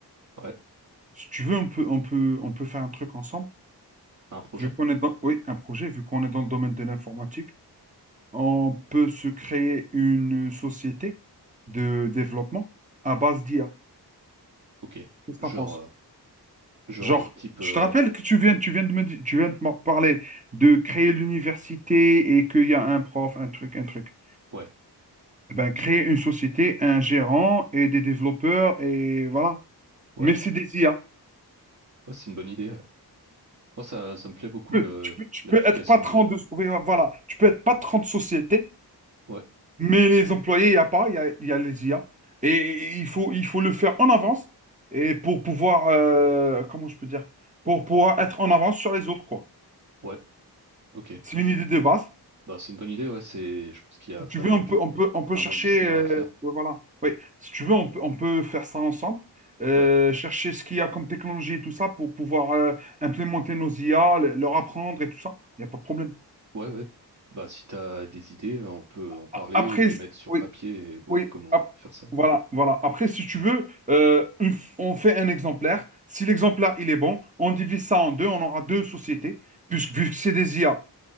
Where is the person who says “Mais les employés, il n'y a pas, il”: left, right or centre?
Right